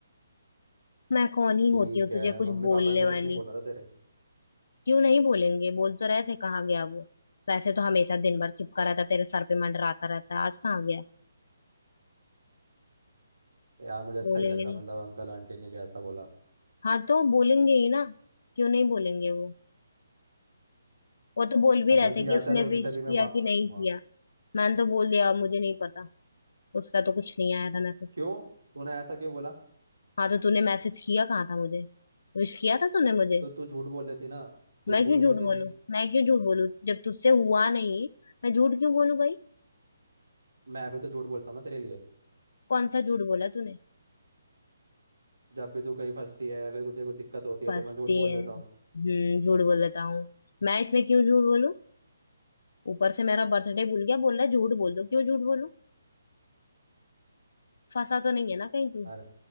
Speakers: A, on the left; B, on the right.
A: मैं कौन ही होती
B: ठीक
A: हूँ
B: है
A: तुझे कुछ
B: मम्मी
A: बोलने
B: पापा ने तो कुछ
A: वाली
B: नहीं बोला था तेरे
A: क्यों नहीं बोलेंगे बोल तो रहे थे कहाँ गया वो वैसे तो हमेशा दिन भर चिपका रहता तेरे सर पे मंडराता रहता है आज कहाँ गया
B: यार मुझे अच्छा
A: बोलेंगे
B: नहीं लग रहा
A: नहीं
B: मतलब अंकल आंटी ने भी ऐसा बोला
A: हाँ तो बोलेंगे ही ना क्यों नहीं बोलेंगे वो वो तो बोल
B: समझ
A: भी रहे थे
B: गया
A: कि उसने
B: चल उनसे
A: विश
B: भी
A: किया
B: मैं बात
A: कि नहीं
B: कर लूंगा
A: किया मैंने तो बोल दिया मुझे नहीं पता उसका तो कुछ नहीं आया था मैसेज
B: क्यों तूने ऐसा क्यों बोला
A: हाँ तो तूने मैसेज किया कहाँ था मुझे विश किया था तूने मुझे
B: तो तू झूठ बोल देती ना तू
A: मैं
B: झूठ
A: क्यों झूठ
B: बोल
A: बोलूं
B: देती
A: मैं क्यों झूठ बोलूं जब तुझसे हुआ नहीं मैं झूठ क्यों बोलूं भाई
B: मैं भी तो झूठ बोलता हूँ ना तेरे लिए
A: कौन सा झूठ बोला तूने
B: जब भी तू कहीं फंसती है या फिर कुछ कोई दिक्कत होती है
A: फंसती
B: तो मैं झूठ बोल
A: है
B: देता
A: हम्म
B: हूँ
A: झूठ बोल देता हूँ मैं इसमें क्यों झूठ बोलूं ऊपर से मेरा बर्थडे भूल गया बोल रहा है झूठ बोल दो क्यों झूठ बोलूं फंसा तो नहीं है ना कहीं तू
B: अरे